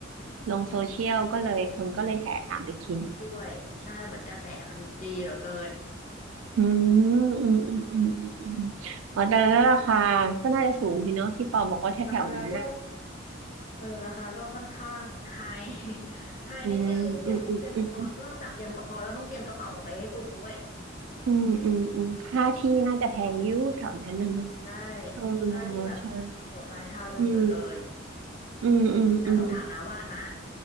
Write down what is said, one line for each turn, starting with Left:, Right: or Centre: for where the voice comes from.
Right: ลงโซเชียลก็เลยคนก็เลยแห่ตามไปกิน
Left: ด้วยใช่เหมือนกระแสมันดีเหลือเกิน
Right: อืมอืมอืมอืมอืมอืมอ๋อแต่แล้วราคาก็น่าจะสูงสิเนอะที่ปอบอกว่าแถวๆนั้นนะ
Left: ราคาก็เออราคาก็ค่อนข้างไฮไฮ <laughs>
Right: อืมอืมอืมอืม
Left: นิดนึงเตรียมเตรียมเพาะนอกจากเตรียมกระเพาะแล้วต้องเตรียมกระเป๋าไปให้ตุงด้วย
Right: อืมอืมอืมค่าที่น่าจะแพงอยิ่แถวนั้นน่ะเนาะ
Left: ใช่
Right: เออ
Left: ค่าที่แบบโหดร้ายทารุณเหลือเกิน
Right: ใช่อืมอืมอืมอืม
Left: แต่ต้องถามน้าว่าน้า